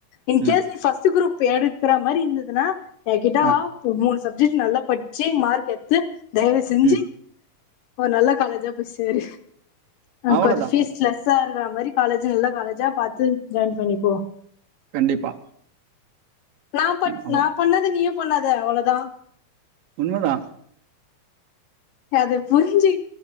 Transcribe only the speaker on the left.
இன்கேஸ்
நீ பஸ்ட் குருப் இப்ப எடுக்கற மாதிரி இருந்ததுன்னா எகிட்டா
வா மூணு சப்ஜெக்ட் நல்லா படிச்சு மார்க் எடுத்து தயவு செஞ்சு
ஓ நல்ல காலேஜா போயி் சேரு அ
கொஞ்சம் ீஸ்லெஸ் <inaudible> இருக்கிற மாதிரி காலேஜ் நல்ல காலேஜா பார்த்து ஜாயின் பண்ணிக்கோம்
நான் ப
நான் பண்ணது நீ பண்ணாத அவ்வளோதான்
அது புரிஞ்சு